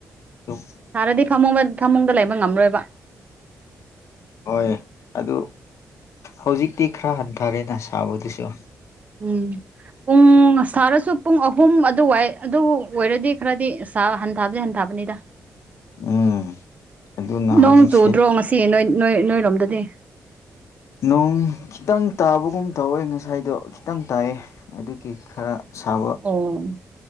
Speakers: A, on the left (about 70°); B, on the right (about 30°).
A: ꯑꯗꯨꯝ
B: ꯁꯥꯔꯗꯤ ꯐꯃꯨꯡ ꯐꯃꯨꯡꯗ ꯂꯩꯕ ꯉꯝꯂꯣꯏꯕ
A: ꯍꯣꯏ ꯑꯗꯨ ꯍꯧꯖꯤꯛꯇꯤ ꯈꯔ ꯍꯟꯊꯔꯦꯅ ꯁꯥꯕꯗꯨꯁꯨ
B: ꯎꯝ ꯄꯨꯡ ꯁꯥꯔꯁꯨ ꯄꯨꯡ ꯑꯍꯨꯝ ꯑꯗꯨ ꯋꯥꯏ ꯑꯗꯨꯕꯨ ꯑꯣꯏꯔꯗꯤ ꯈꯔꯗꯤ ꯁꯥ ꯍꯟꯊꯕꯗꯤ ꯍꯟꯊꯥꯕꯅꯤꯗ
A: ꯎꯝ ꯑꯗꯨꯅ
B: ꯅꯣꯡ
A: ꯍꯧꯖꯤꯛꯁꯦ
B: ꯆꯨꯗ꯭ꯔꯣ ꯉꯁꯤ ꯅꯣꯏ ꯅꯣꯏ ꯅꯣꯏ ꯂꯣꯝꯗꯗꯤ
A: ꯅꯣꯡ ꯈꯤꯇꯪ ꯇꯥꯕꯒꯨꯝ ꯇꯧꯋꯦ ꯉꯁꯥꯏꯗꯣ ꯈꯤꯇꯪ ꯇꯥꯏꯑ ꯑꯗꯨꯒꯤ ꯈꯔ ꯁꯥꯕ
B: ꯑꯣ